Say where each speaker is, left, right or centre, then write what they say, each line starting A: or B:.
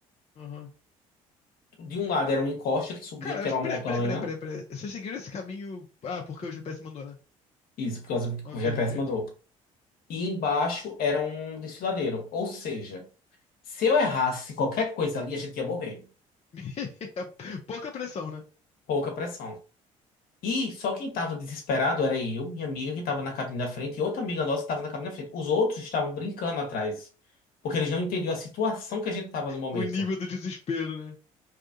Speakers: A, on the left; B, on the left.
A: Aham.
B: De um lado era uma encosta que subia,
A: Cara,
B: porque
A: mas
B: era
A: peraí,
B: uma montanha.
A: peraí, peraí, peraí, peraí. Vocês seguiram esse caminho. Ah, porque o GPS mandou, né?
B: Isso, porque
A: Ok,
B: o GPS
A: ok.
B: mandou. E embaixo era um desfiladeiro. Ou seja, se eu errasse qualquer coisa ali, a gente ia morrer.
A: <laughs> Pouca pressão, né?
B: Pouca pressão. E só quem estava desesperado era eu, minha amiga que estava na cabine da frente e outra amiga nossa que estava na cabine da frente. Os outros estavam brincando atrás, porque eles não entendiam a situação que a gente estava no momento.
A: O nível do desespero, né?